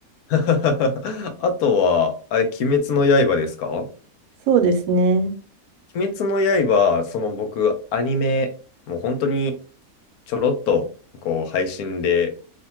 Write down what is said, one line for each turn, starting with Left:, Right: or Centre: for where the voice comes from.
Left: <laughs> あとは、あれ、鬼滅の刃ですか
Right: そうですね。
Left: 鬼滅の刃、その僕、アニメ、もう本当にちょろっと、こう、配信で